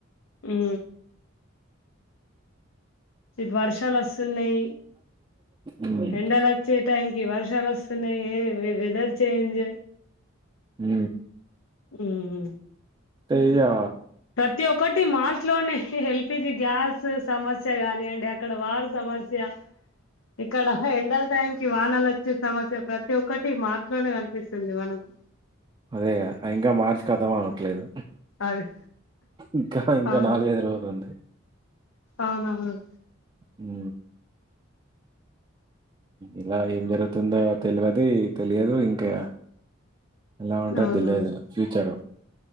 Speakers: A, on the left; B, on the right.
A: ఉ ఈ వర్షాలు వస్తున్నాయి
B: మ్మ్
A: ఎండలు వచ్చే టైం కి వర్షాలు వస్తున్నాయి ఏ వెదర్ చేంజ్
B: ఉ
A: ఉమ్,
B: ఇదా
A: ప్రతి ఒక్కటి మార్చ్ లోనే ఎల్పిజి గ్యాస్ సమస్య గాని అండి అక్కడ వారు సమస్య ఇక్కడ ఎండల టైం ఈ వానలు వచ్చే సమస్య ప్రతి ఒక్కటి మాటలోనే కనిపిస్తుంది మనకు
B: అదేగా ఇంకా మార్చి కతం అవట్లేదు
A: అది
B: ఇంకా ఇంకా
A: అవును
B: నాలుగైదు రోజులు ఉంది
A: అవునవును
B: ఉ ఇలా ఏం జరుగుతుందో తెలియది తెలియదు ఇంకా ఎలా ఉంటాదో
A: అవునవును
B: తెలియదు ఫ్యూచరు